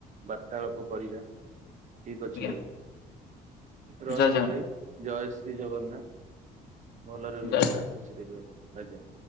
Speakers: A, on the right; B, on the left.
A: ବାର୍ତ୍ତାଳାପ କରିବା ଠିକ୍ ଅଛି
B: ଆଜ୍ଞା
A: ଭାଇ। ରହିଲି
B: ଜୟ ଜଗନ୍ନାଥ
A: ଭାଇ ଜୟ ଶ୍ରୀ ଜଗନ୍ନାଥ୍। ଭଲରେ ରୁହନ୍ତୁ
B: ଜୟ ଜଗନ୍ନାଥ।
A: ଖୁସିରେ ରୁହ। ଆଜ୍ଞା।